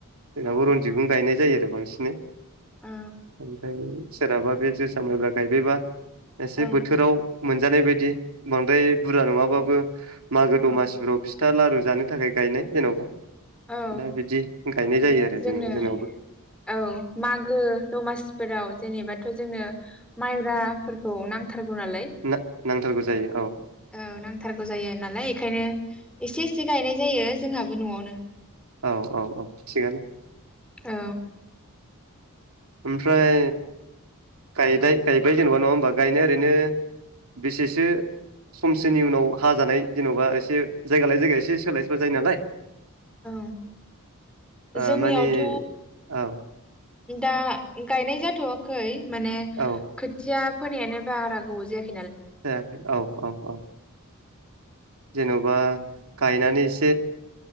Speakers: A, on the right; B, in the centre.
A: जोंनाबो
B: अ
A: रनजितखौनो गायनाय जायो। बांसिनै
B: औ
A: ओमफ्राय सोरहाबा बे जोसा मायब्रा गायबायबा एसे
B: औ
A: बोथोराव मोनजानाय बाय बिदि बांद्राय बुरजा नङाबाबो मागो
B: औ
A: दमासिफ्राव फिथा लारु जानो थाखाय गायनाय जेन'बा
B: औ
A: दा बिदि गायनाय
B: माने
A: जायो आरो
B: जोंनो
A: जोङो जोंनावबो
B: औ मागो दमासिफोराव जेनेबाथ' जोनो माइब्राफोरखौ नां थारगौ नालाय
A: ना नांथारगौ जायो औ
B: औ नांथारगौ जायो नालाय एखायनो एसे एसे गायनाय जायो। जोंहाबो न'आवनो
A: औ औ औ थिगानो।
B: औ
A: ओमफ्राय गायदाय गायबाय जेनेबा नङा होमबा गायनाया ओरैनो बेसेसो समसेनि उनाव हा जानाय जेनेबा एसे जायगा लायै जायगा एसे सोलाय सोलाय जायो नालाय।
B: औ
A: ओ
B: जोंनियावथ'
A: माने औ
B: दा गायनाय जाथ'वाखै। माने
A: औ
B: खोथिया फोनायानो बारा गोबाव जायाख
A: जायाखै औ औ औ। जेन'बा गायनानै इसे